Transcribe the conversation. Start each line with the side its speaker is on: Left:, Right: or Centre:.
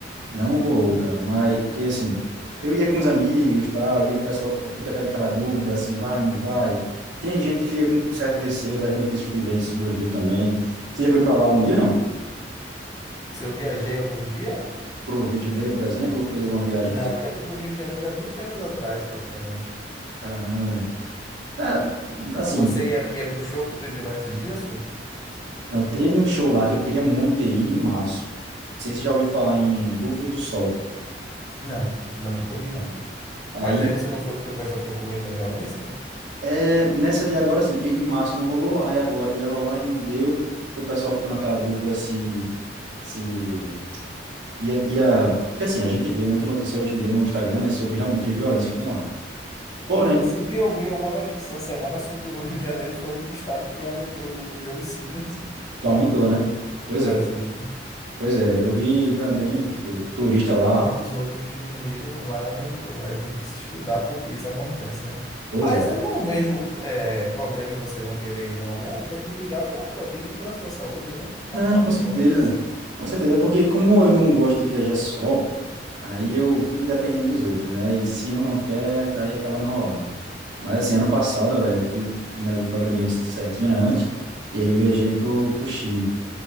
Right: Não rolou, cara, mas porque assim, eu ia com os amigos, tal, e o pessoal fica, fica com aquela dúvida se vai, não vai. Tem gente que fica com certo receio das notícias que vem sobre o Rio também. Você já foi para lá algum dia, não?
Left: Se eu viajei algum dia?
Right: Pro Rio de Janeiro, por exemplo, ou fez alguma viagem
Left: Não,
Right: de
Left: eu já fui para o Rio de Janeiro há 20 anos atrás, praticamente.
Right: Caramba, velho. É, assim,
Left: Você ia, ia para o show que teve lá esses dias, foi?
Right: não teve um show lá que eu queria muito ter ido em março. Não sei se você já ouviu falar em Rufos do Sol.
Left: Não, não, nunca ouvi, não.
Right: Aí
Left: Mas aí você não foi porque o pessoal ficou com medo da violência?
Right: é nessa de agora sim, porque em março não rolou, aí agora ia rolar e não deu, porque o pessoal ficou naquela dúvida se se E a, e a- porque assim, a gente vê muita notícia hoje em dia no Instagram, né, sobre realmente as violências que tem lá. Porém,
Left: Inclusive, eu vi alguma notícia essa semana sobre o <laughs> Rio de Janeiro foi o único estado que aumentou o número de homicídios
Right: só aumentou, né? Pois
Left: <laughs> do Brasil.
Right: é, pois é. Eu vi também, tipo, turista lá.
Left: Enquanto os outros diminuíram, lá aumentou. Aí tem que se estudar por que isso acontece, né?
Right: Pois
Left: Mas
Right: é.
Left: eu não vejo é, problema em você não querer ir, não, né? Tem que brigar pela sua vida e pela sua saúde, né? Afinal
Right: Não, com
Left: de
Right: certeza.
Left: contas,
Right: Com certeza. Porque como eu não gosto de viajar só, aí eu fico dependendo dos outros, né? E se um não quer, daí acaba não rolando. Mas assim, ano passado, velho, eu fui, né, um programa bem certinho, né, antes, e aí eu viajei pro, pro Chile.